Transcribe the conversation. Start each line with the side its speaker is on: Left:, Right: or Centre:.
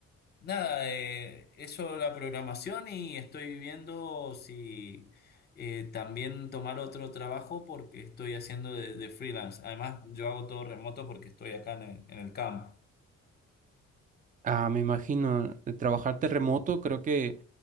Left: nada, eh, eso la programación y estoy viendo si eh, también tomar otro trabajo porque estoy haciendo de, de freelance. Además, yo hago todo remoto porque estoy acá en el, en el camp.
Right: Ah, me imagino, eh, trabajarte remoto, creo que